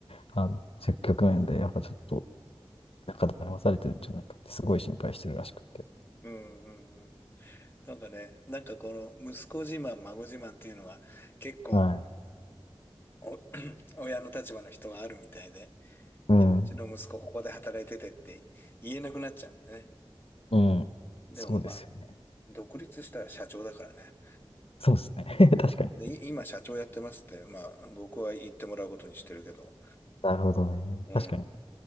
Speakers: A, on the left; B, on the left.
A: あの、そういう局面で、やっぱちょっと、なんか騙されてるんじゃないかって、すごい心配してるらしくって。
B: ううんうんなんかね、なんかこの息子自慢、孫自慢っていうのが結構
A: はい。
B: お <clears throat> 親の立場の人はあるみたいで、
A: うん。
B: いや、うちの息子ここで働いててって言えなくなっちゃうんでね。
A: うん。
B: でもまあ、
A: そうですよね。
B: 独立したら社長だからね。
A: <laughs> そうですね。<laughs> 確かに。
B: うんで、い今社長やってますって、まあ僕は言ってもらうことにしてるけど、
A: なるほどね。
B: うん、
A: 確かに。